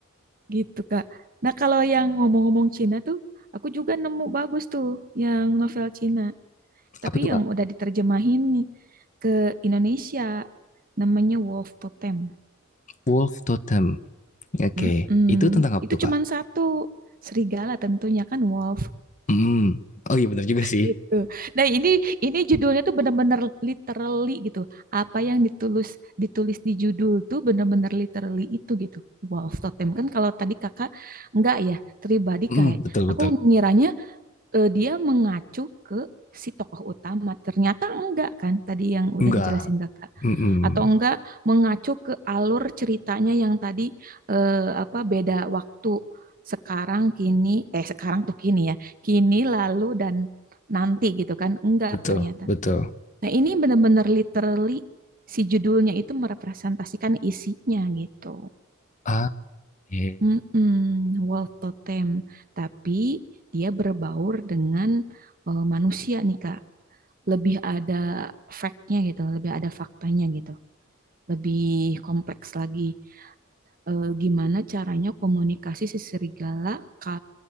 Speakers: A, on the right; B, on the left.
A: Gitu, Kak. Nah, kalau yang ngomong-ngomong Cina tuh, aku juga nemu bagus tuh yang novel Cina. Tapi
B: apa tuh
A: yang
B: Kak?
A: udah diterjemahin nih ke Indonesia, namanya Wolf Totem.
B: Wolf Totem. Oke,
A: Mm-mm.
B: itu tentang apa
A: Itu
B: tuh
A: cuman
B: Kak?
A: satu, serigala tentunya kan wolf
B: Mm. Oh iya benar juga sih.
A: gitu. Nah, ini ini judulnya tuh bener-bener literally gitu. Apa yang ditulis ditulis di judul tuh bener-bener literally itu gitu. Wolf Totem kan kalau tadi Kakak enggak ya, pribadi
B: Mm,
A: kayak
B: betul
A: aku
B: betul.
A: ngiranya eh, dia mengacu ke si tokoh utama. Ternyata enggak kan tadi yang udah
B: Enggak.
A: dijelasin kakak.
B: Mm-mm.
A: Atau enggak mengacu ke alur ceritanya yang tadi eh, apa beda waktu sekarang kini eh sekarang tuh kini ya. Kini lalu dan nanti gitu kan. Enggak
B: Betul
A: ternyata.
B: betul.
A: Nah, ini benar-benar literally si judulnya itu merepresentasikan isinya gitu.
B: Ah, eh.
A: Mm-mm, wolf totem, tapi dia berbaur dengan eh, manusia nih Kak. Lebih ada fact-nya gitu, lebih ada faktanya gitu, lebih kompleks lagi. Eh, gimana caranya komunikasi si serigala ka,